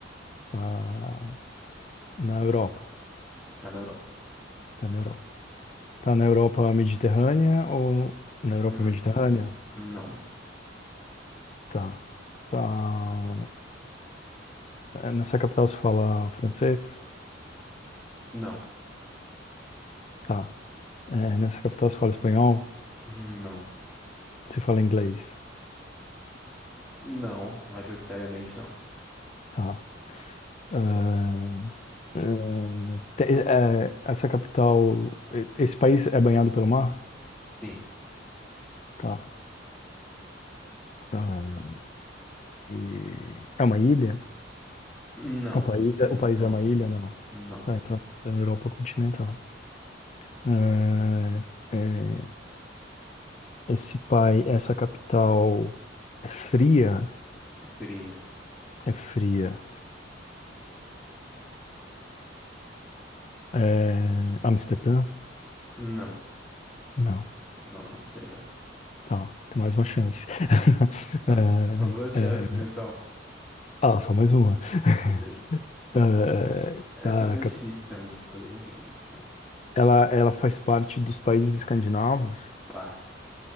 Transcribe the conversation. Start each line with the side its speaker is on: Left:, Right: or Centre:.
Left: tá na Europa,
Centre: tá na Europa.
Left: tá na Europa. Tá na Europa Mediterrânea ou na Europa
Centre: Hum,
Left: Mediterrânea?
Centre: não,
Left: Tá. Tá. Nessa capital se fala francês?
Centre: não,
Left: Tá. É, nessa capital se fala espanhol?
Centre: não,
Left: Você fala inglês.
Centre: não, majoritariamente não.
Left: Tá. Ah, ah, te- eh, eh, essa capital. eh, Esse país é banhado pelo mar?
Centre: Sim,
Left: Tá. Ah, e é uma ilha?
Centre: não,
Left: O país
Centre: não,
Left: é, o país é uma ilha? Não.
Centre: não.
Left: Tá, então é na Europa continental. Ah, eh, esse pai, essa capital é fria?
Centre: É fria.
Left: É fria. Ah, é Amsterdã?
Centre: Não,
Left: Não.
Centre: não é Amsterdã.
Left: Tá, tem mais uma chance. <laughs>
Centre: <laughs> São duas
Left: É,
Centre: chances então.
Left: Ah, só mais uma. <laughs>
Centre: Beleza.
Left: Eh,
Centre: Essa
Left: caraca,
Centre: foi difícil também, escolhi muito difícil, cara.
Left: ela, ela faz parte dos países escandinavos?
Centre: Fácil.